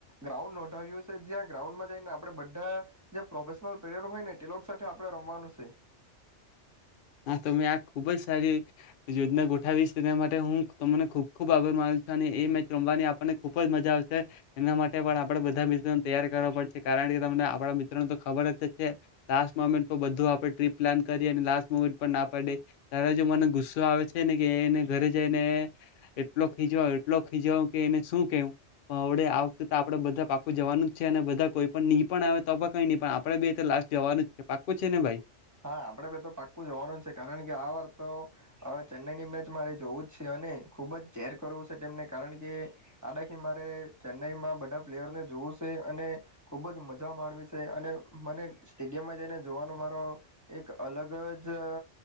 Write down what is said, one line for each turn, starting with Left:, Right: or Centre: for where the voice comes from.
Right: ગ્રાઉન્ડ નોંધાવ્યું છે જ્યાં ગ્રાઉન્ડમાં જઈને આપ આપે બધા જે પ્રોફેશનલ પ્લેયર હોય ને તે લોક સાથે આપણે રમવાનું છે.
Left: હા તો મેં આ ખુબ જ સારી યોજના ગોઠાવીશ તેના માટે હું તમને ખુબ ખુબ આભાર માનું છું અને એ મેચ રમવાની આપણને ખુબ જ મજા આવશે એના માટે પણ આપડે બધા મિત્રોને તૈયાર કરવા પડશે કારણ કે તમને આપણા મિત્રોને તો ખબર જ છે લાસ્ટ મોમેન્ટ તો બધું આપણે ટ્રીપ પ્લાન કરી અને લાસ પણ ના પાડે તારા જો મને ગુસ્સો આવે છે ને કે એને ઘરે જઈને એટલો ખીચવા એટલો ખીચવા કે એને શું કેવુંડે આ વખતે આપડે બધા પાકો જવાનું જ છે અને બધા કોઈ પણ નહી પણ આવે તો કઈ નહી પણ આપડે બે લાસ્ટ જવાનું જ છે પાકો છે ને ભાઈ.
Right: હા આપડે બ તો પાક્કું જવાનું જ છે કારણ કે આ વાર તો ચેન્નાઈની મેચ મારે જોવું જ છે અને ખુબ જ ચેર કરવું છે તેમને કારણ કે આદખ મારે ચેન્નાઈમાં બધા પ્લેયરને જોવું છે અને ખુબ જ મજા માણવી છે અને મને સ્ટેડિયમમાં જઈને જોવાનો મારો એક અલગ જ